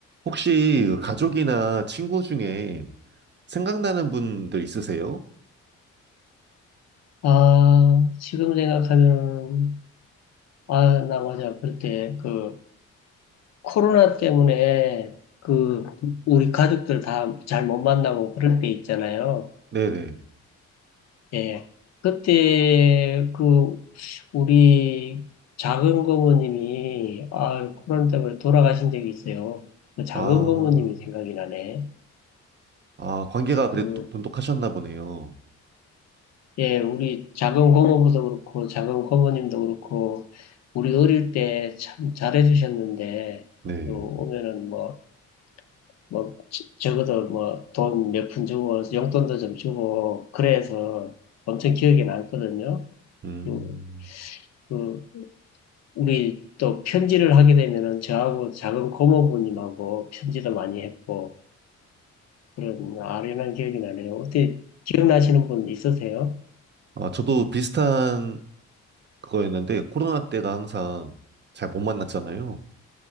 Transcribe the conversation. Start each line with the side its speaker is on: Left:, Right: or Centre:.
Right: 혹시 그 가족이나 친구 중에 생각나는 분들 있으세요?
Left: 아, 지금 생각하면, 아, 나 맞아. 그때 그 코로나 때문에 그 우리 가족들 다 잘 못 만나고 그럴 때 있잖아요.
Right: 네네.
Left: 예. 그때 그 우리 작은 고모님이 아, 코로나 때문에 돌아가신 적이 있어요. 그 작은
Right: 아,
Left: 고모님이 생각이 나네.
Right: 아, 관계가 그래도
Left: 음.
Right: 똑- 돈독하셨나 보네요.
Left: 예, 우리 작은 고모부도 그렇고, 작은 고모님도 그렇고, 우리 어릴 때 참 잘해주셨는데,
Right: 네.
Left: 또 오면은 뭐, 뭐, 저- 적어도 뭐, 돈 몇 푼 주고, 용돈도 좀 주고, 그래서 엄청 기억에 남거든요.
Right: 음,
Left: 그, 그, 우리 또 편지를 하게 되면은 저하고 작은 고모부님하고 편지도 많이 했고, 그런 아련한 기억이 나네요. 어떻게 기억나시는 분 있으세요?
Right: 아, 저도 비슷한 그거였는데, 코로나 때가 항상 잘 못 만났잖아요.